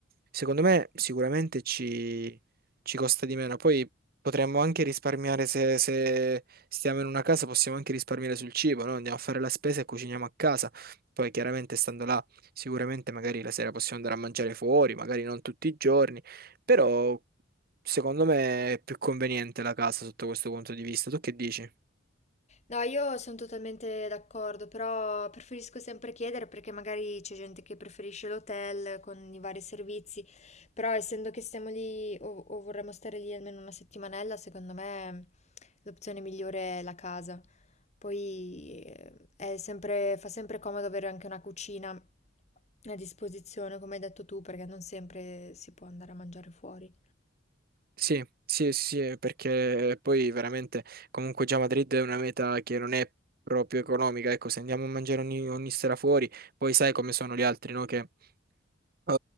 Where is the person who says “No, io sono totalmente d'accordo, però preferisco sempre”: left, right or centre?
Left